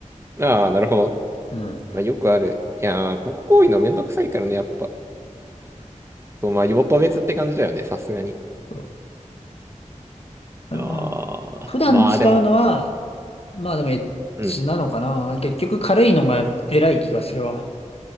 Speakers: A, on the right; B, on the left.
A: あー、なるほど。
B: うん。
A: まあ、よくある。いやー、ここ行為のめんどくさいからね、やっぱ。そう、まあ、用途別って感じだよね、さすがに。
B: そう。あまあ、
A: ああ、
B: 普段使うのは、
A: まあでも、
B: まあでもエッチなのかな。
A: うん。
B: 結局軽いのが偉い気がするわ。